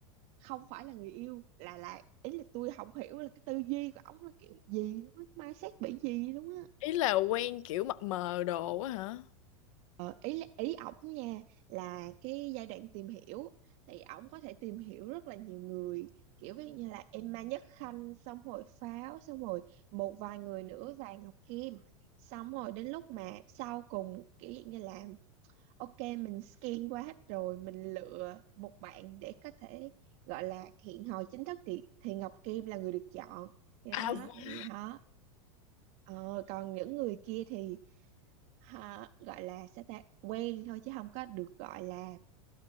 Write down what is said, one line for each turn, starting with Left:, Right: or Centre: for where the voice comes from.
Right: không phải là người yêu là là ý là tôi không hiểu là cái tư duy của ổng là kiểu gì luôn á mindset bị gì luôn á
Left: ý là quen kiểu mập mờ đồ á hả
Right: Ờ, ý ý ổng nha là cái giai đoạn tìm hiểu thì ổng có thể tìm hiểu rất là nhiều người kiểu ví dụ như là Emma Nhất Khanh xong rồi Pháo xong rồi một vài người nữa và Ngọc Kim xong rồi đến lúc mà sau cùng kiểu dạng như là ok mình scan qua hết rồi mình lựa một bạn để có thể gọi là hẹn hò chính thức thì thì Ngọc Kim là người được chọn thì
Left: à
Right: đó
Left: vâng.
Right: thì đó Ờ, còn những người kia thì ha, gọi là sẽ ta quen thôi chứ không có được gọi là